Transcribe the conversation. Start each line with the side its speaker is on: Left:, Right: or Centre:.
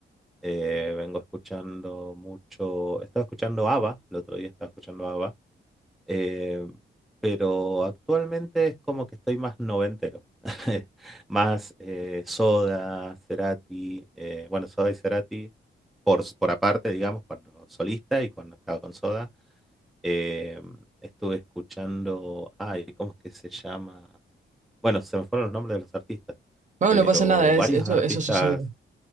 Centre: Eh, vengo escuchando mucho, estaba escuchando ABBA, el otro día estaba escuchando ABBA, eh, pero actualmente es como que estoy más noventero, <laughs> más eh, Soda, Cerati, eh, bueno, Soda y Cerati por, por aparte, digamos, cuando solista y cuando estaba con Soda, eh, estuve escuchando, ay, ¿cómo es que se llama? Bueno, se me fueron los nombres de los artistas,
Right: Bueno,
Centre: pero
Right: no pasa nada, es,
Centre: varios
Right: eso,
Centre: artistas
Right: eso sucede.